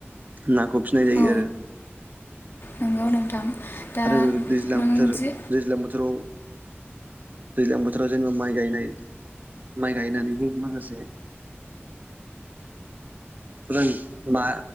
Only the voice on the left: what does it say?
औ
नंगौ नोंथां दा
नों
जि